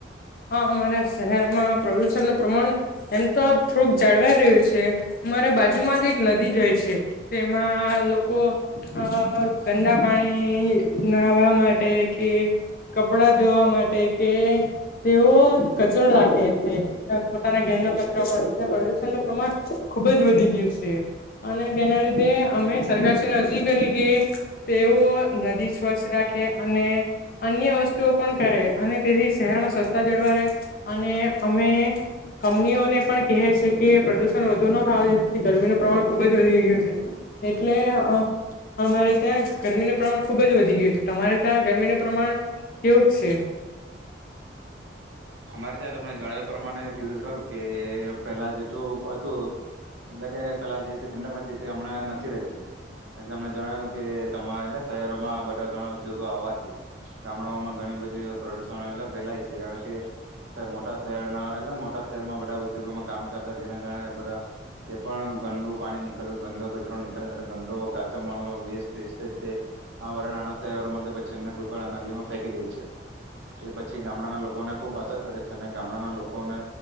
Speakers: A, on the left; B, on the right.
A: હા અમારા શહેરમાં પ્રદુષણનું પ્રમાણ, એમ તો થોડુંક જાળવાઈ રહ્યું છે, અમારે બાજુમાં જ એક નદી જાય છે, તેમાં લોકો આ ગંદા પાણી નાહવા માટે કે, કપડા ધોવા માટે કે. તેઓ કચરો રાખે છે પોતાના ઘેરનો કચરો પણ પ્રદુષનનું પ્રમાણ, ખુબ જ વધી ગયું છે અને તેના લીધે અમે સરકાર શ્રીને અરજી કરી કે, તેઓ નદી સ્વચ્છ રાખે અને અન્ય વસ્તુઓ પણ કરે અને તેથી શહેરમાં સ્વચ સતા જળવારે, અને અમે કંપનીઓને પણ કહે છે કે પ્રદુષણ વધુ ન થાયથી ગરમીનું ખુબ જ વધી ગયું છે એટલે અમારે ત્યાં ગરમીનું પ્રમાણ ખુબ જ વધી ગયું છે તમારે ત્યાં ગરમીનું પ્રમાણ કેવુંગ છે?
B: અમારે અ તમને જણાવ્યું પ્રમાણે કીધું ખરું કે પેલા જેટલું હતું, એટલે કે પેલા જેટલી ઠંડક હતી તે હમણાં નથી રતી, એ તમને જણાવ્યું કે તમારે એટલે શહેરોમાં બધા ઘણા ઉદ્યોગો આવવાથી, ગામડાઓમાં ઘણી બધી પ્રદુષણ એટલે ફેલાય છે કારણ કે. સાબ મોટા શહેરના એટલે મોટા શહેરમાં બધા ઉદ્યોગોમાં કામ ચાલતા જેના કારણે બધા, જે પણ ગંડુ પાણી નીકળ્યું ગંદો કચરો નીકળ્યો ગંડો કાચો મલ ન વેસ્ત વ તે, આ નાના શહેરોમાં કે પછી પણ નદીઓમાં ફેંકી દઈ છે, કે પછી ગામડાના લોકો ખુબ અસર કરે છે અને ગામડાના લોકોને.